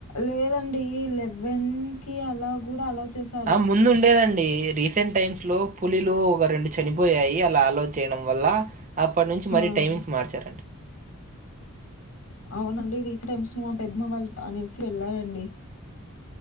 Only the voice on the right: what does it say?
ఆ ముందు ఉండేదండి రీసెంట్ టైమ్స్ లో. పులిలు ఒక రెండు చనిపోయాయి అలా అలో చేయడం వల్ల అప్పటి నుంచి మరి
టైమింగ్స్ మార్చారండి.